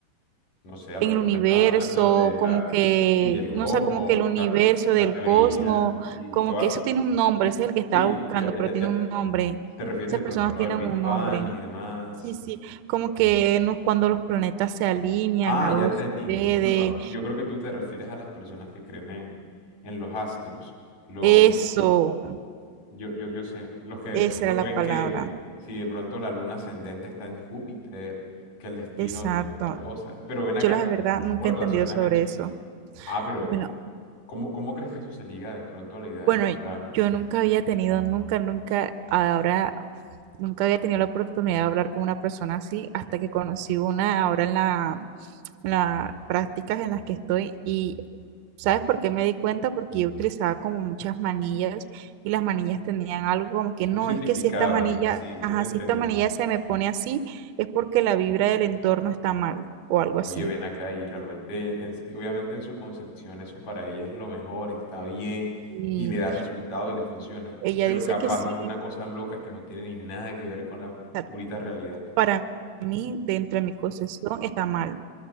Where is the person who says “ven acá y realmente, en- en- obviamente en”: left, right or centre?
Left